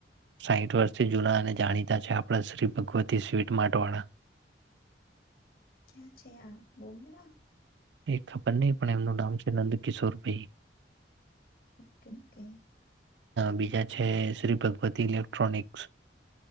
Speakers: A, on the right (about 80°); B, on the left (about 50°).
A: સાહીઠ વર્ષથી જૂના અને જાણીતા છે આપણા શ્રી ભગવતી સ્વીટ માર્ટ વાળા
B: ક્યાં છે આ બિમ્બે મા
A: એ ખબર નહી પણ એમનું નામ છે નંદકિશોરભાઈ
B: ઓકે ઓકે
A: બીજા છે શ્રી ભગવતી ઇલેક્ટ્રોનિક્સ